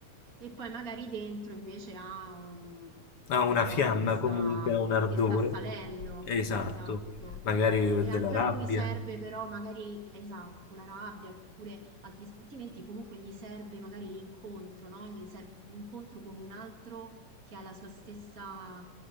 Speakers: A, on the right; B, on the left.
A: e poi magari dentro invece ha un,
B: Ha
A: un
B: una
A: fuoco
B: fiamma
A: che sta,
B: comunque, ha un ardore.
A: che sta salendo.
B: Esatto.
A: Esatto.
B: Magari
A: E
B: della
A: anche
B: rabbia.
A: a lui serve però magari, esatto, la rabbia oppure altri sentimenti, comunque gli serve magari l'incontro, no? Gli serve l'incontro con un altro che ha la sua stessa,